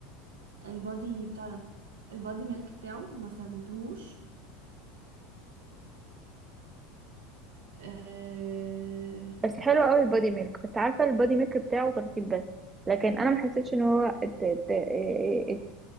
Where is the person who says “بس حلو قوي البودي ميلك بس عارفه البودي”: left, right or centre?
Right